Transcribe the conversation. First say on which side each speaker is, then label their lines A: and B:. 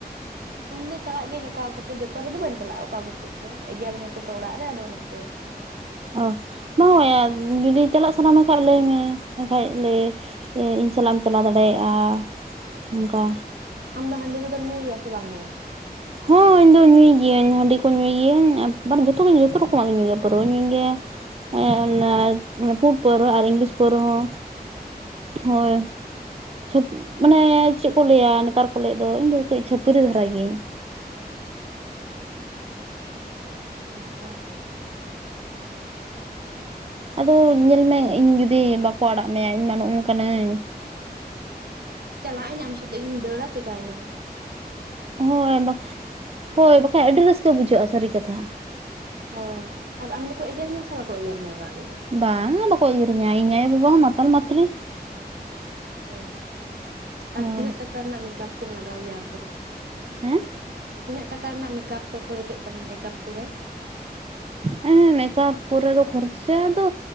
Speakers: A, on the right (about 70°); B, on the right (about 35°).
A: ᱤᱧ ᱫᱚ ᱪᱟᱞᱟᱜ ᱜᱤᱭᱟᱹᱧ ᱚᱠᱟ ᱚᱠᱛᱮ ᱡᱚᱛᱚ ᱨᱮᱫᱚ ᱵᱟᱹᱧ ᱪᱟᱞᱟᱜ-ᱟ ᱚᱠᱟ ᱠᱚᱥᱮᱡ ᱪᱚ ᱮᱜᱮᱨ ᱤᱧᱟ ᱠᱚ ᱛᱚ ᱚᱲᱟᱜ ᱨᱮ ᱟᱫᱚ ᱚᱱᱟᱛᱮ
B: ᱚ ᱵᱟᱝᱟ ᱡᱩᱫᱤ ᱪᱟᱞᱟᱜ ᱥᱟᱱᱟᱢᱮ ᱠᱷᱟᱡ ᱞᱟᱹᱭᱢᱮ ᱮᱱᱠᱷᱟᱡ ᱞᱮ ᱤᱭᱟᱹ ᱤᱧ ᱥᱟᱞᱟᱜ ᱮᱢ ᱪᱟᱞᱟᱣ ᱫᱟᱲᱮᱭᱟᱜ-ᱟ ᱚᱝᱠᱟ
A: ᱟᱢ ᱫᱚ ᱦᱟᱸᱰᱤ ᱠᱚᱫᱚᱢ ᱧᱩᱭᱟ ᱥᱮ ᱵᱟᱢ ᱧᱩᱭᱟ
B: ᱦᱚᱸ ᱤᱧᱫᱚ ᱧᱩᱭ ᱜᱤᱭᱟᱹᱧ ᱦᱟᱸᱰᱤ ᱠᱚ ᱧᱩᱭ ᱜᱤᱭᱟᱹᱧ ᱢᱟᱱᱮ ᱡᱚᱛᱚ ᱜᱮ ᱡᱚᱛᱚ ᱨᱚᱠᱚᱢᱟᱜ ᱜᱮᱧ ᱧᱩᱭ ᱜᱮᱭᱟ ᱯᱟᱹᱨᱣᱟᱹᱧ ᱧᱩᱭ ᱜᱮᱭᱟ ᱮᱜ ᱚᱱᱟ ᱯᱩᱰ ᱯᱟᱹᱨᱣᱟᱹ ᱟᱨ ᱤᱝᱞᱤᱥ ᱯᱟᱹᱨᱣᱟᱹ ᱦᱚᱸ ᱦᱳᱭ ᱪᱷᱟᱹᱯ ᱢᱟᱱᱮ ᱪᱮᱫ ᱠᱚ ᱞᱟᱹᱭᱟ ᱱᱮᱛᱟᱨ ᱠᱚ ᱞᱟᱹᱭᱮᱫ ᱫᱚ ᱤᱧ ᱫᱚ ᱠᱟᱹᱡ ᱪᱷᱟᱹᱯᱨᱤ ᱫᱷᱟᱨᱟ ᱜᱤᱭᱟᱹᱧ
A: ᱟᱪᱪᱷᱟ
B: ᱟᱫᱚ ᱧᱮᱞ ᱢᱮ ᱤᱧ ᱡᱩᱫᱤ ᱵᱟᱠᱚ ᱟᱲᱟᱜ ᱢᱮᱭᱟ ᱤᱧ ᱢᱟ ᱱᱚᱜ-ᱚ ᱱᱚᱝᱠᱟᱱᱟᱹᱧ
A: ᱪᱟᱞᱟᱜ ᱟᱹᱧ ᱟᱢ ᱥᱟᱛᱮᱜ ᱜᱤᱧ ᱫᱟᱹᱲᱟ ᱪᱤᱠᱟᱭᱱᱟ
B: ᱦᱚᱭ ᱵᱟ ᱦᱳᱭ ᱵᱟᱠᱷᱟᱡ ᱟᱹᱰᱤ ᱨᱟᱹᱥᱠᱟᱹ ᱵᱩᱡᱷᱟᱹᱜ-ᱟ ᱥᱟᱹᱨᱤ ᱠᱟᱛᱷᱟ
A: ᱦᱚᱭ ᱟᱨ ᱟᱢ ᱫᱚᱠᱩ ᱮᱜᱮᱨ ᱢᱮᱭᱟ ᱥᱮ ᱵᱟᱠᱚ ᱮᱜᱮᱨ ᱢᱮᱭᱟ ᱩᱲᱟᱜ ᱨᱮᱫᱚ
B: ᱵᱟᱝᱟ ᱵᱟᱠᱚ ᱮᱜᱮᱨᱤᱧᱟ ᱤᱧ ᱟᱭᱳ ᱵᱟᱵᱟ ᱦᱚᱸ ᱢᱟᱛᱟᱞ ᱢᱟᱛᱨᱤ
A: ᱚ ᱟᱨ
B: ᱦᱳᱭ
A: ᱛᱤᱱᱟᱹᱜ ᱴᱟᱠᱟ ᱨᱮᱱᱟᱜ ᱢᱮᱠᱟᱯ ᱠᱚᱢ ᱞᱟᱜᱟᱣ ᱜᱮᱭᱟ ᱟᱢ ᱫᱚ
B: ᱦᱮᱸ
A: ᱛᱤᱱᱟᱹᱜ ᱴᱟᱠᱟ ᱨᱮᱱᱟᱜ ᱢᱮᱠᱟᱯ ᱨᱮ ᱠᱷᱚᱨᱚᱪᱚᱜ ᱛᱟᱢᱟ ᱢᱮᱠᱟᱯ ᱠᱩᱨᱮ
B: ᱦᱮᱸ ᱢᱮᱠᱟᱯ ᱠᱚᱨᱮ ᱫᱚ ᱠᱷᱚᱨᱪᱟ ᱫᱚ